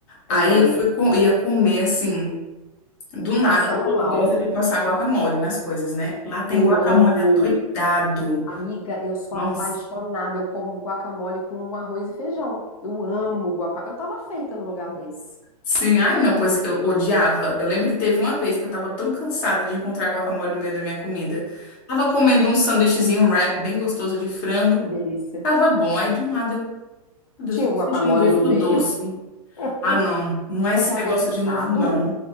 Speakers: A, on the left; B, on the left.
A: Eu
B: Aí
A: amo.
B: eu fui, co- ia comer assim. Do nada,
A: Passando
B: o povo
A: mal.
B: gosta de passar guacamole nas coisas, né? Lá tem
A: Eu
B: guacamole
A: amo.
B: adoidado.
A: Amiga, eu sou
B: Nossa.
A: apaixonada. Eu como guacamole com arroz e feijão. Eu amo guacamole. Eu tava feita num lugar desse.
B: Sim, ai não, pois eu odiava. Eu lembro que teve uma vez que eu tava tão cansada de encontrar guacamole no meio da minha comida. Tava comendo um sanduíchezinho um wrap bem gostoso de frango.
A: Que delícia.
B: Tava bom, aí do nada eu, meu Deus,
A: Tinha
B: eu
A: o
B: tô
A: guacamole
B: sentindo um gosto
A: no meio.
B: doce.
A: <laughs>
B: Ah, não, não é
A: Mas
B: esse
A: é adocicado?
B: negócio de novo, não.